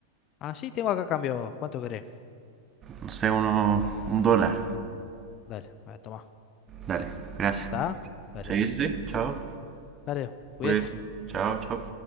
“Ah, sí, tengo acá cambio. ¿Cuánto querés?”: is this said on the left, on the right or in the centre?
Left